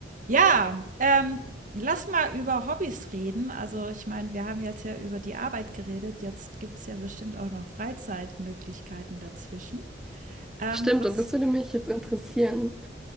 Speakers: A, on the right; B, in the centre.
A: Ja, ähm, lass mal über Hobbys reden. Also, ich meine, wir haben jetzt ja über die Arbeit geredet. Jetzt gibt es ja bestimmt auch noch Freizeitmöglichkeiten dazwischen. Ähm,
B: Stimmt,
A: was,
B: und das würde mich jetzt interessieren.